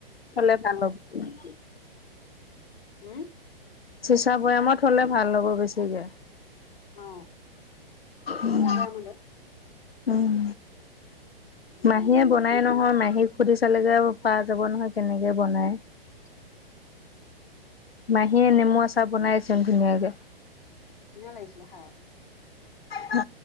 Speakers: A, on the left (about 80°); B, on the left (about 50°).
A: <unintelligible>
B: হম।
A: চিঁচা বৈয়ামত থলে ভাল হ'ব বেছিকে।
B: অ
A: উম,
B: চিচা বৈয়ামতে
A: উম। মাহীয়ে বনাই নহয় মাহীক সুধি চালেগে আৰু পাৰা যাব নহয় কেনেকে বনাই।
B: <inaudible>
A: মাহীয়ে নেমু আচাৰ বনাইছে ধুনীয়াকে।
B: ধুনীয়া লাগিছিলে খাই।
A: হু